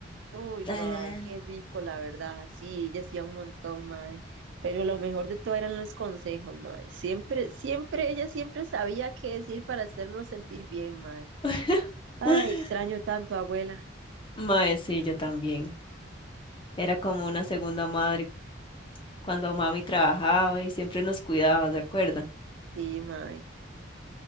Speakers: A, on the right; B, on the left.
A: uy,
B: Ah.
A: mae, qué rico, la verdad. Sí, ella hacía un montón, mae. Pero lo mejor de todo eran los consejos, mae. Siempre, siempre, ella siempre sabía qué decir para hacernos sentir bien, mae.
B: <laughs>
A: Ay, extraño tanto, abuela.
B: Mae, sí, yo también. Era como una segunda madre cuando mami trabajaba y siempre nos cuidaba, ¿se acuerda?
A: Sí, mae.